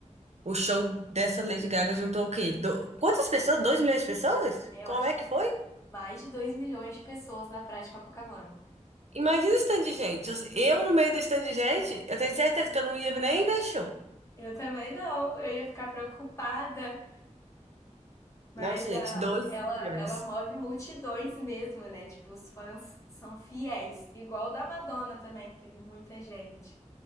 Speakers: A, on the right (about 60°); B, on the left (about 25°).
A: o show dessa Lady Gaga juntou o quê? Do- quantas pessoas? 2 milhões de pessoas?
B: Eu
A: Como
B: acho
A: é
B: que
A: que foi?
B: mais de 2 milhões de pessoas na praia de Copacabana.
A: Imagina o stand de gente. Eu eu no meio do stand de gente, eu tenho certeza que eu não ia nem ver show.
B: Eu também não, eu ia ficar preocupada, mas
A: Nossa,
B: a,
A: gente, 2
B: ela,
A: milhões.
B: ela move multidões mesmo, né? Tipo, os fãs são fiéis, igual o da Madonna também, que teve muita gente.